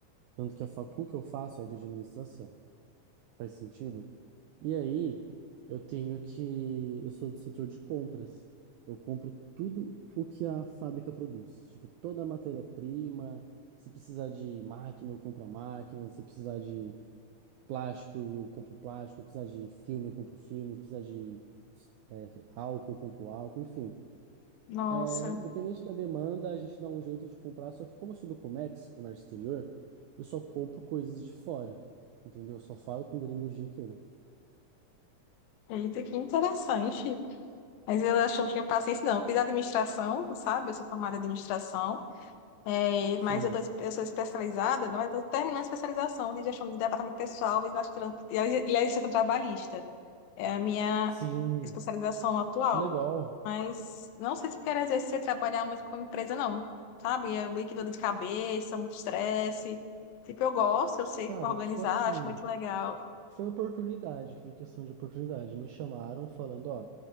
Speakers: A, on the right; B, on the left.
A: Tanto que a facu que eu faço é de administração. Faz sentido? E aí, eu tenho que. Eu sou do setor de compras. Eu compro tudo o que a fábrica produz. Tipo, toda a matéria-prima. Se precisar de máquina, eu compro a máquina. Se precisar de plástico, eu compro plástico. Se precisar de filme, eu compro filme. Se precisar de é, álcool, eu compro álcool. Enfim.
B: Nossa,
A: É, independente da demanda, a gente dá um jeito de comprar. Só que, como eu sou do Comex, comércio exterior, eu só compro coisas de fora. Entendeu? Eu só falo com gringo o dia inteiro.
B: eita, que interessante. Mas eu acho que eu não tinha paciência, não. Eu fiz administração, sabe? Eu sou formada em administração. É,
A: Sim,
B: mas eu, tô, eu sou especializada, não, é? eu estou terminando a especialização de gestão de departamento pessoal e administra- e administração trabalhista. É a minha
A: Sim,
B: especialização atual.
A: que legal.
B: Mas não sei se quero exercer trabalhar muito com empresa, não. Sabe? É muito dor de cabeça, muito estresse. Tipo, eu gosto, eu sei
A: Cara,
B: organizar,
A: tipo assim,
B: acho muito legal.
A: foi oportunidade, foi questão de oportunidade. Me chamaram falando, ó,